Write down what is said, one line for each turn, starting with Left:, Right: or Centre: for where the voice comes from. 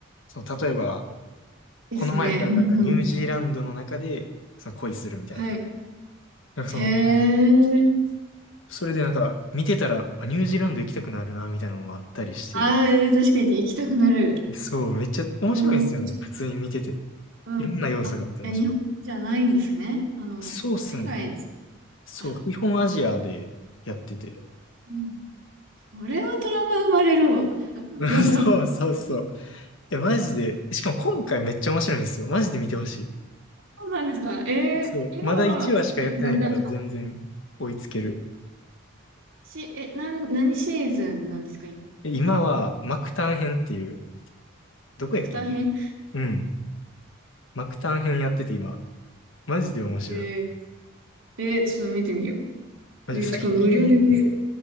Left: その、例えば、
Right: ですね。
Left: この前やったらなんかニュージーランドの中で、
Right: うんうん。
Left: その恋するみたいな。
Right: はい。
Left: なんかその、
Right: へえ。
Left: それでなんか見てたら、あニュージーランド行きたくなるな、みたいなのもあったりして。
Right: あー、確かに行きたくなる。
Left: そう、めっちゃ面白いんですよね。
Right: うん。
Left: 普通に見てて。
Right: うん。
Left: いろんな要素があって面白い。
Right: あ、いや、日本じゃないんですね。あの、
Left: そうっすね。
Right: 海外、
Left: そう、
Right: あ、
Left: 基本アジアでやってて。
Right: うん。それはトラウマ生まれるわ。<laughs>
Left: <laughs> そうそうそう。え、マジで。しかも今回めっちゃ面白いんですよ。マジで見てほし
Right: そうなんですか。えー、
Left: い。そう、
Right: 今は、
Left: まだ1話しかやってないから全然追いつける。
Right: え、な、な、し、え、なん、何シーズンなんですか、今。
Left: え今はマクタン編っていう、どこやっけな
Right: マクター編
Left: うん。マクタン編やってて今。マジで面白い。
Right: へ <laughs> えー、えーちょっと見てみよ
Left: マジで最近
Right: う。で、しかも無料で見れる。